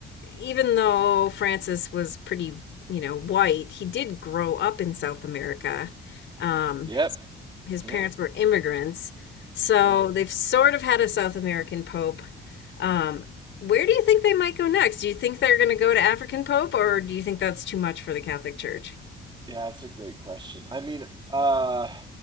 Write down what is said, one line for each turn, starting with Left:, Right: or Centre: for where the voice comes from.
Left: even though Francis was pretty, you know, white, he did grow up in South America. Um,
Right: Yep.
Left: his, his
Right: Yep.
Left: parents were immigrants. So
Right: Yeah.
Left: they've sort of had a South American pope. Um, where do you think they might go next? Do you think they're going to go to African pope, or do you think that's too much for the Catholic Church?
Right: Yeah, that's a great question. I mean, uh,